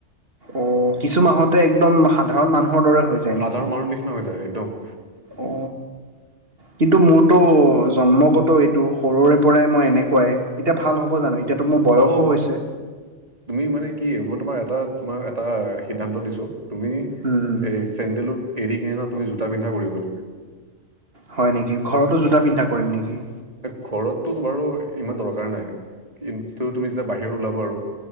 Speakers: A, on the right; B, on the right.
A: অ কিছু মাহতে একদম সাধাৰণ মানুহৰ দৰে হৈ যায়।
B: সাধাৰণ
A: নেকি
B: মানুহৰ নিচিনা হৈ যায় একদম।
A: অ কিন্তু মোৰটো জন্মগত এইটো সৰুৰে পৰাই মই এনেকুৱাই। এতিয়া ভাল হ'ব জানো? এতিয়াতো মোৰ বয়সো
B: হ'ব হ'ব।
A: হৈছে
B: তুমি মানে কি মই তোমাৰ এটা তোমাক এটা সিদ্ধান্ত দিছো তুমি
A: উম
B: এই চেণ্ডেলক এৰি কিনে ন তুমি জোতা পিন্ধা কৰিবা।
A: হয় নেকি, ঘৰতো জোতা পিন্ধা কৰিম নেকি?
B: এই ঘৰতটো বাৰু ইমান দৰকাৰ নাই কিন্তু তুমি যেতিয়া বাহিৰত ওলাবা আৰু।